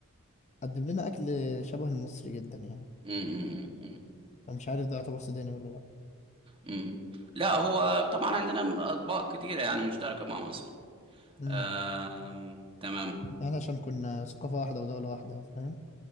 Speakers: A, on the left; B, on the right.
A: قدم لنا اكل شبه المصري جدا يعني
B: امم امم امم
A: فمش عارف ده يعتبر سوداني ولا لا
B: امم لا هو طبعا عندنا اطباق كتيره يعني مشتركه مع مصر
A: امم
B: آم... تمام
A: احنا عشان كنا ثقافه واحده ودوله واحده فاهم